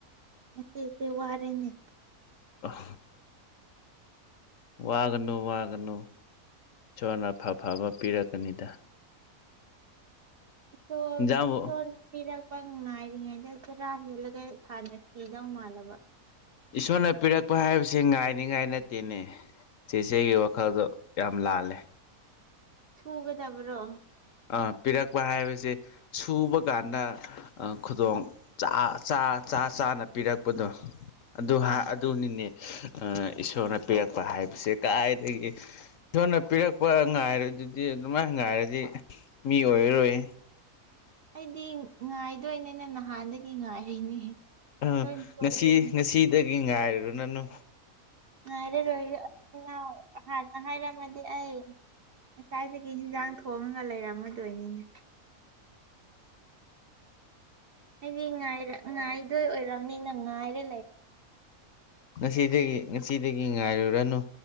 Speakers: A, on the right; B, on the left.
A: ꯅꯆꯦꯁꯦ ꯋꯥꯔꯦꯅꯦ
B: ꯑ ꯋꯥꯒꯅꯨ ꯋꯥꯒꯅꯨ ꯏꯁꯣꯔꯅ ꯑꯐꯐꯕ ꯄꯤꯔꯛꯀꯅꯤꯗ
A: ꯏꯁꯣꯔ
B: ꯏꯟꯖꯥꯡꯕꯨ
A: ꯏꯁꯣꯔꯅ ꯄꯤꯔꯛ ꯄ ꯉꯥꯏꯔꯤꯉꯩꯗ ꯆꯔꯥ ꯍꯦꯜꯂꯒ ꯍꯥꯟꯅ ꯁꯤꯗꯧ ꯃꯥꯥꯜꯂꯕ
B: ꯏꯁꯣꯔꯅ ꯄꯤꯔꯛꯄ ꯍꯥꯏꯕꯁꯤ ꯉꯥꯏꯅꯤꯉꯥꯏ ꯅꯠꯇꯦꯅꯦ ꯆꯦꯆꯦꯒꯤ ꯋꯥꯈꯜꯗꯣ ꯌꯥꯝ ꯂꯥꯜꯂꯦ
A: ꯁꯨꯒꯗꯕ꯭ꯔꯣ
B: ꯑꯥ ꯄꯤꯔꯛꯄ ꯍꯥꯏꯕꯁꯦ ꯁꯨꯕ ꯀꯥꯟꯗ ꯑꯥ ꯈꯨꯗꯣꯡ ꯆꯥ ꯆꯥ ꯆꯥ ꯆꯥꯅ ꯄꯤꯔꯛꯄꯗꯣ ꯑꯗꯨ
A: ꯎꯝ
B: ꯍꯥꯥ ꯑꯗꯨꯅꯤꯅꯦ ꯑꯥ ꯏꯁꯣꯔꯅ ꯄꯤꯔꯛꯄ ꯍꯥꯏꯕꯁꯦ ꯀꯥꯏꯗꯒꯤ ꯏꯁꯣꯔꯅ ꯄꯤꯔꯛꯄ ꯉꯥꯏꯔꯗꯨꯗꯤ ꯑꯗꯨꯃꯥꯏ ꯉꯥꯏꯔꯗꯤ ꯃꯤ ꯑꯣꯏꯔꯔꯣꯏ
A: ꯑꯩꯗꯤ ꯉꯥꯏꯗꯣꯏꯅꯦꯅ ꯅꯍꯥꯟꯗꯒꯤ ꯉꯥꯏꯔꯤꯅꯦ
B: ꯑꯥ
A: ꯂꯣꯏ ꯁꯣꯏꯔꯦꯅꯦ
B: ꯉꯁꯤ ꯉꯁꯤꯗꯒꯤ ꯉꯥꯏꯔꯨꯔ ꯅꯅꯨ
A: ꯉꯥꯏꯔꯔꯣꯏ ꯏꯅꯥꯎ ꯍꯥꯟꯅꯥ ꯍꯥꯏꯔꯃꯗꯤ ꯑꯩ ꯉꯁꯥꯏꯗꯒꯤ ꯍꯤꯟꯖꯥꯡ ꯊꯣꯡꯉꯒ ꯂꯩꯔꯝꯃꯗꯣꯏꯅꯤꯅꯦ ꯑꯩꯗꯤ ꯉꯥꯏꯗꯣꯏ ꯑꯣꯏꯔꯔꯕꯝꯅꯤꯅ ꯉꯥꯏꯔꯦ
B: ꯉꯁꯤꯗꯒꯤ ꯉꯁꯤꯗꯒꯤ ꯉꯥꯏꯔꯨꯔꯅꯨ